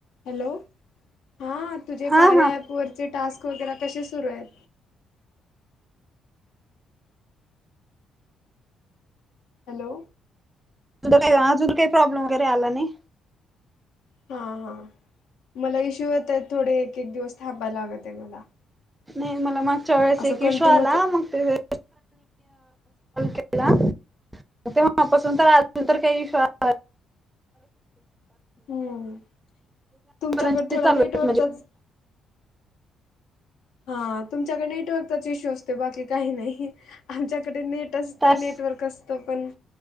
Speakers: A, on the left (about 70°); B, on the right (about 15°).
A: हॅलो, हा तुझे
B: हा
A: कार्य
B: हा
A: ॲप वरचे टास्क वगैरे कसे सुरू आहेत. हॅलो.
B: का अजून काही प्रॉब्लेम वगैरे आला नाही.
A: हा हा मला इश्यू यता आहेत थोडे एक एक दिवस थांबाय लागत आहे मला
B: नाही मला मागच्या वेळेस
A: असं
B: एक विश्वा
A: कंटिन्यू
B: आला
A: क
B: मग ते केला. तेपसून तर आजून तर काही विश्वास
A: हम्म तुमच्याकडे
B: र्
A: थोडा
B: चालूज
A: नेटवर्कचाच हा तुमच्याकडे नेटवर्कचा इश्यू असते बाकी काही नाही आमच्याकडे नेट.
B: टास्क
A: नटव अस पण